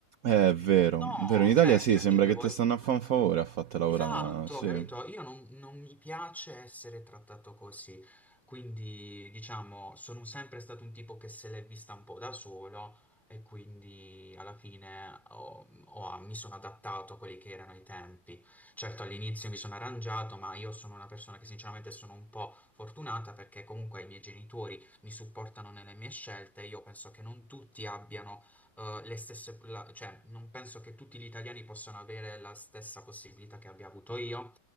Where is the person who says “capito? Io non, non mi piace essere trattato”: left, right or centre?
Centre